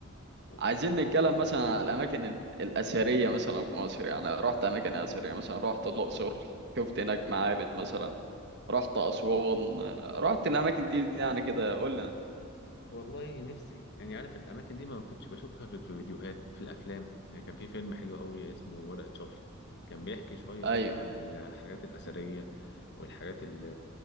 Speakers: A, on the left (about 55°); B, on the right (about 55°).
A: و-
B: عايزين نتكلم مثلا على الأماكن ال- الأثرية مثلا في مصر يعني رحت أماكن أثرية مثلا رحت الأقصر شفت هناك معابد مثلا رحت أسوان آه، رحت الأماكن دي يعني كده قول لنا
A: والله نفسي يعني عارف الاماكن دي ما كنتش بشوفها غير في فيديوهات في الافلام يعني كان في فيلم حلو قوي اسمه ورقة شفرة كان بيحكي شوية برضو
B: أيوه
A: عن الحاجات الأثرية والحاجات اللي